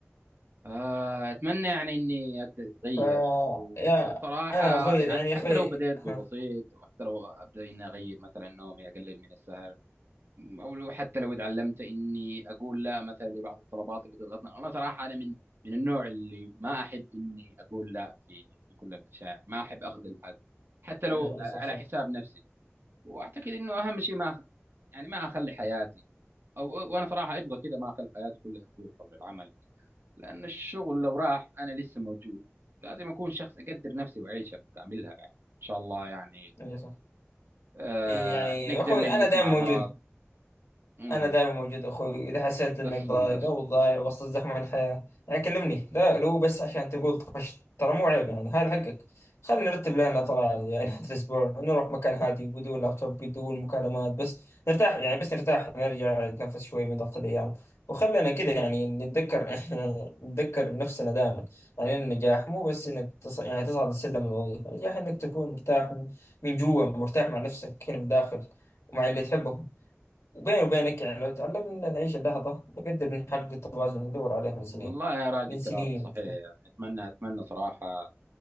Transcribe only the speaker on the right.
آه، أتمنى يعني إني أقدر أتغير
و-
وبصراحة
يعني
حتى
لو بدأت
ببسيط وحتى لو أبدأ إني أغير مثلا نومي أقلل من السهر أو لو حتى لو اتعلمت إني أقول لا مثلا لبعض الطلبات اللي تضغطنا أنا صراحة أنا من من النوع اللي ما أحب إني أقول لا في في كل الأشياء ما أحب أخذل حد حتى لو
على
حساب نفسي وأعتقد إنه أهم شيء ما أخ- يعني ما أخلي حياتي أو وأنا صراحة أبغى كذا ما أخلي حياتي كلها تدور حول العمل لأن الشغل لو راح أنا لسه موجود لازم أكون شخص أقدر نفسي وأعيشها بكاملها يعني إن شاء الله يعني
آه
نقدر
نجلس
مع
بعض امم
بس استمتعت
والله يا راجل
كلامك
صحيح يعني أتمنى أتمنى صراحة